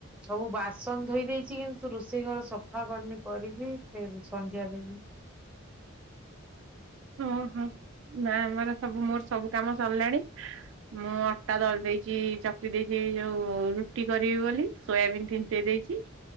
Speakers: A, in the centre; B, on the right.
A: ସବୁ ବାସନ ଧୋଇ ଦେଇଚି କିନ୍ତୁ ରୋଷେଇ ଘର ସଫା କରିନି କରିବି ଫେରେ ସନ୍ଧ୍ୟା ଦେବି।
B: ଓହୋ ନା ଆମର ସବୁ ମୋର ସବୁ କାମ ସରିଲାଣି। ମୁଁ ଅଟା ଦଳି ଦେଇଛି ଚକଟି ଦେଇଛି ଯୋଉ ରୁଟି କରିବି ବୋଲି ସୋୟାବିନ୍ ତିନ୍ତେଇ ଦେଇଛି ‌।